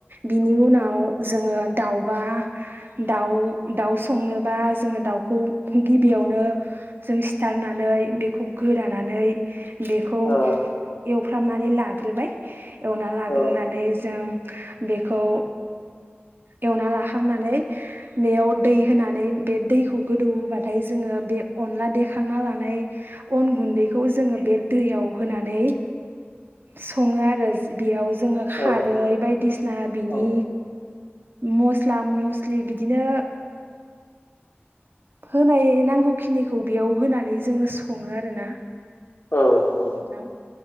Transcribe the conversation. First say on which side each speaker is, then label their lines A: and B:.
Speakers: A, on the right; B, on the left.
A: बिनि उनाव जोङो दाउबा दाउ दाउ संनोबा जोङो दाउखौ गिबियाव नो जों सिथारनानै बेखौ गोदानानै बेखौ
B: औ
A: एवफ्रामनानै ला ग्रोबाय एवना लाग्रोनानै
B: औ
A: जों बेखौ एवना लाखांनानै बेयाव दै होनानै बे दैखौ गोदौ होबाथाय जोङो बे अनला देखांना लानाय अन गुन्दैखौ जोङो बे दैयाव होनानै सङो आरो बेयाव जोङो खारै
B: औ
A: बायदिसिना बिनि
B: औ
A: मस्ला मस्लि बिदिनो होनाय नांगौखिनिखौ बेयाव होनानै जोङो सङो आरोना।
B: औ औ
A: नोंथां